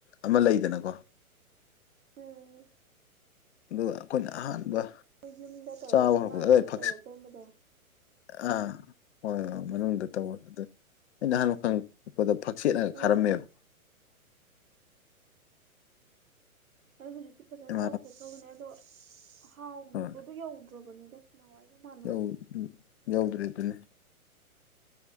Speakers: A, on the left; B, on the right.
A: ꯑꯃ ꯂꯩꯗꯅꯀꯣ
B: ꯎꯝ
A: ꯑꯗꯨꯒ ꯑꯩꯈꯣꯏꯅ ꯑꯍꯥꯟꯕ
B: ꯃꯣꯏ ꯌꯨꯝꯗ ꯇꯧꯔꯒ
A: ꯆꯥꯕ ꯍꯧꯔꯛꯄꯗ
B: ꯁꯨꯃꯥꯡꯗꯒ
A: ꯑꯗꯨꯋꯥꯏ ꯐꯛꯁ
B: ꯇꯧꯔꯒꯨꯝꯕꯗꯣ
A: ꯑꯥ ꯍꯣꯏ ꯍꯣꯏ ꯃꯅꯨꯡꯗ ꯇꯧꯕ ꯑꯗꯨ ꯑꯩꯅ ꯑꯍꯥꯟꯕ ꯈꯪꯉꯛ ꯄꯗ ꯐꯛꯆꯦꯠꯅꯒ
B: ꯑꯗꯣ
A: ꯈꯔꯝꯃꯦꯕ
B: ꯑꯩ ꯍꯧꯖꯤꯛꯇꯤ ꯐꯖꯅ
A: ꯏꯃꯥ
B: ꯆꯥꯎꯊꯣꯛꯈ꯭ꯔꯕꯅꯦ ꯑꯗꯣ ꯍꯥꯎꯕꯗꯣ
A: ꯍꯣꯏ
B: ꯌꯧꯗ꯭ꯔꯕꯅꯤꯗ ꯅꯥꯋꯥꯏꯒ ꯃꯥꯟ
A: ꯌꯧ ꯎꯝ ꯌꯧꯗ꯭ꯔꯦ ꯗꯨꯅꯤ